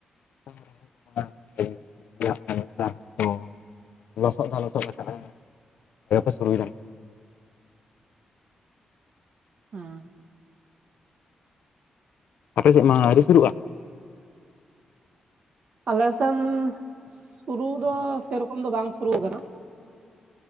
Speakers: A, on the left (about 75°); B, on the right (about 60°).
A: <unintelligible> <unintelligible> ᱞᱚᱥᱚᱫ ᱫᱚ ᱞᱚᱥᱚᱫ ᱟᱠᱟᱫᱟ <unintelligible> ᱥᱩᱨᱩᱭ ᱫᱟᱞᱮ
B: ᱦᱩᱸ
A: ᱟᱯᱮ ᱥᱮᱫ ᱢᱟ ᱟᱹᱣᱨᱤ ᱥᱩᱨᱩᱜ-ᱟ?
B: ᱟᱞᱮᱥᱱ ᱥᱩᱨᱩ ᱫᱚ ᱥᱮᱨᱚᱠᱚᱢ ᱫᱚ ᱵᱟᱝ ᱥᱩᱨᱩ ᱠᱟᱱᱟ ᱾